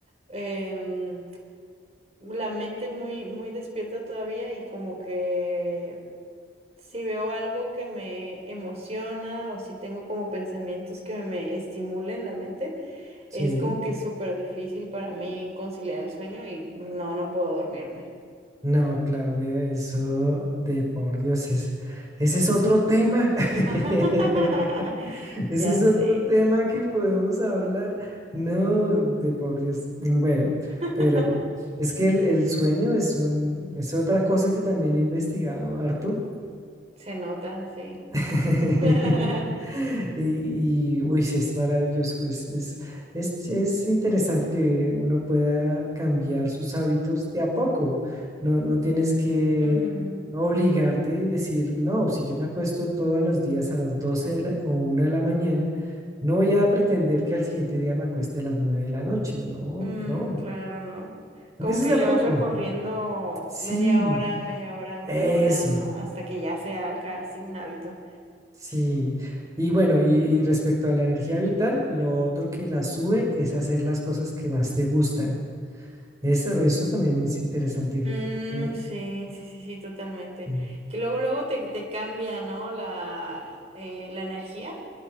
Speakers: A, on the right; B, on the right.
A: em, la mente muy, muy despierta todavía y como que si veo algo que me emociona o si tengo como pensamientos que me estimulen la mente,
B: sí.
A: es como que es súper difícil para mí conciliar el sueño y pues, no, no puedo dormirme.
B: No, Claudia, eso de por Dios es, ese es otro tema. <laughs>
A: <laughs>
B: Ese
A: Ya
B: es
A: sé.
B: otro tema que podemos hablar. No, de por Dios. Bueno,
A: <laughs>
B: pero es que el, el sueño es un, es otra cosa que también he investigado harto.
A: Se nota, sí.
B: <laughs>
A: <laughs>
B: Y, y, uy, sí, es maravilloso. Es, es, es, es interesante que uno pueda cambiar sus hábitos de a poco. No, no tienes que
A: Ujú.
B: obligarte y decir, no, si yo me acuesto todos los días a las 12 de la- o una de la mañana, no voy a pretender que al siguiente día me acueste a las 9 de la noche. No,
A: Mm,
B: no.
A: claro, ¿no? Como
B: Empiezas
A: que
B: de
A: le
B: a poco.
A: vas recorriendo
B: Sí,
A: media hora, media hora, media
B: eso.
A: hora, ¿no? Hasta que ya se haga así un hábito.
B: Sí, y bueno, y, y respecto a la energía vital, lo otro que la sube es hacer las cosas que más te gustan. Eso, eso también es interesante.
A: Mm,
B: eh,
A: sí, sí, sí, sí, totalmente.
B: Mm,
A: Que luego, luego te, te cambia, ¿no? La, eh, la energía.